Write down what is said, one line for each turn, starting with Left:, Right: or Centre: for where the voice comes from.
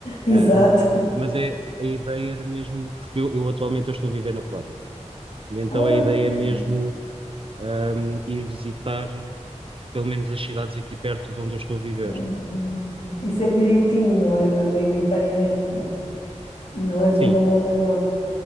Left: Exato.
Right: Ahm, mas é, a ideia era mesmo, porque eu, eu atualmente eu estou a viver na Polónia. E então
Left: Ah,
Right: a ideia
Left: muito
Right: é mesmo
Left: giro.
Right: ahm, ir visitar pelo menos as cidades aqui perto de onde eu estou a viver.
Left: Uhum. Isso é direitinho, não é? Ma- Maioritariamente, não. Não é zona
Right: Sim,
Left: montanhosa.